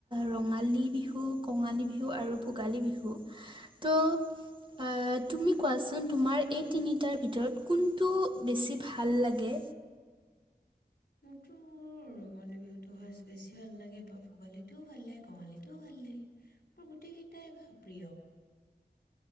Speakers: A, on the right (about 30°); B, on the left (about 60°).
A: ৰঙালী বিহু, কঙালী বিহু আৰু ভোগালী বিহু ত' তুমি কোৱাচোন তোমাৰ এই তিনিটাৰ ভিতৰত কোনটো বেছি ভাল লাগে।
B: মোৰতো ৰঙালী বিহুটো সচ বেছি ভাল লাগে, বা ভোগালীটোও ভাল লাগে কঙালীটোও ভাল লাগে। মোৰ গোটেইকেইটাই প্ৰিয়-